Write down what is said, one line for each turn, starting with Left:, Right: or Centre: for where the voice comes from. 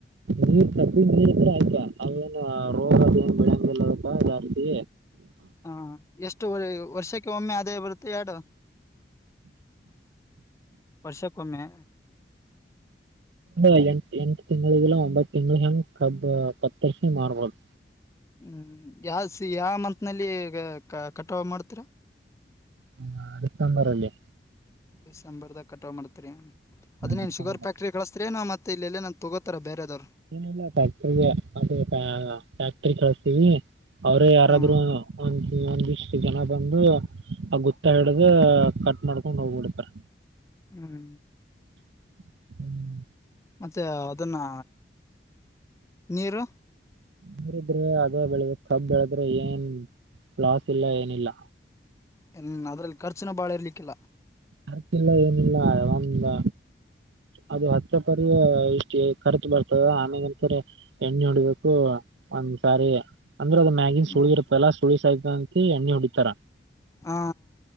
Right: ನೀರ್ ತಪ್ಪಿ ನೀರು ಇದ್ರೆ ಆಯ್ತಾ ಅವೇನ್ ರೋಗ ಅದ ಏನ್ ಬಿಳಂಗಲ್ಲಿ ಏನೂ ಅದಕ್ಕ ಜಾಸ್ತಿ
Left: ಹಾ ಎಷ್ಟು ವರ್ಷಕ್ಕೆ ಒಮ್ಮೆ ಅದೇ ಬರುತ್ತೆ ಎರಡು ವರ್ಷಕೊಮ್ಮೆ
Right: ಇ ಎಂಟ್ ಎಂಟು ತಿಂಗಳಿಗ್ ಇಲ್ಲ ಒಂಬತ್ತು ತಿಂಗಳಿಗೆ ಕ ಕತ್ತರಿ ಮಾರ್ಬದು
Left: ಹ್ಮ್ ಯಾವ ಸಿ ಯಾವ ಮಂತ್ ನಲ್ಲಿ ಕಟಾವು ಮಾಡ್ತೀರ
Right: ಹ್ಮ ಡಿಸೆಂಬರ್ ಅಲ್ಲೀ
Left: ಡಿಸೆಂಬರ್ದಾಗ ಕಟ್ ಮಾಡ್ತೀರಿ ಅದೆನೇನು
Right: ಡಿಸೆಂಬರ್
Left: ಶುಗರ್ ಫ್ಯಾಕ್ಟ್ರಿ ಕಳಸ್ತೀರೇನೂ ಮತ್ತೆ ಇಲ್ಲಿ ಎಲ್ಲಾನ ತಗೋತಾರ ಬೇರೆದವರು
Right: ಏನಿಲ್ಲ ಫ್ಯಾಕ್ಟ್ರಿಗೆ ಅ ಫ್ಯಾಕ್ಟ್ರ ಕಳಸ್ತೀವ ಅವ್ರೇ ಯಾರಾದ್
Left: ಹ್ಮ್
Right: ಒ ಒಂದಿಷ್ಟು ಜನ ಬಂದು ಆ ಗೊುತ್ತ ಹಿಡ್ದ ಕಟ್ ಮಾಡ್ಕೊಂಡ್ ಹೋಗ್ಬಿಡ್ತಾರ
Left: ಹ್ಮ್
Right: ಹ್ಮ್
Left: ಮತ್ತ ಅದನ್ನು ನೀರು
Right: ನೀರಿದ್ರೆ ಅದ ಬೆಳದು ಕಬ್ ಬೆಳೆದ್ರೆ ಏನ್ ಲಾಸ್ ಇಲ್ಲ ಏನಿಲ್ಲ
Left: ಹ್ಮ ಅದ್ರಲ್ಲಿ ಖರ್ಚುನ ಬಾಳ ಇರ್ಲಿಕ್ಕಿಲ್ಲ
Right: ಹರ್ಕಿಲ್ಲ ಏನಿಲ್ಲ ಯ ಅದು ಹತ್ತೆ ಪರಿ ಇಷ್ಟು ಖರ್ಚು ಬರ್ತದ ಆಮೇಲೆಸರಿ ಎಣ್ಣೆ ನೋಡಿಬೇಕು ಒಂದ್ಸಾರಿ ಅಂದ್ರೆ ಅದ್ ಮ್ಯಾಗಿನ್
Left: ಹ್ಮ್
Right: ಸುಳಿ ಇರುತ್ತಲ್ಲಾ ಸುಳಿ ಸಾಯ್ತ ಅಂತ ಎಣ್ಣಿ ಹೊುಡಿತಾರ
Left: ಹ